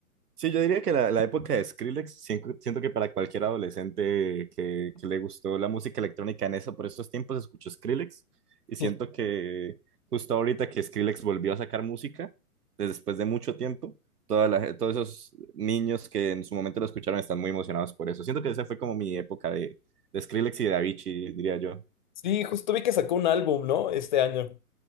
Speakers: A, on the right; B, on the left.
A: Sí, yo diría que la, la época de Skrillex, siento, siento que para cualquier adolescente que, que le gustó la música electrónica en eso, por esos tiempos escuchó Skrillex y siento
B: <laughs>
A: que justo ahorita que Skrillex volvió a sacar música, desde después de mucho tiempo, toda la- todos esos niños que en su momento lo escucharon están muy emocionados por eso. Siento que esa fue como mi época de, de Skrillex y de Avicii, diría yo.
B: Sí, justo vi que sacó un álbum, ¿no? Este año.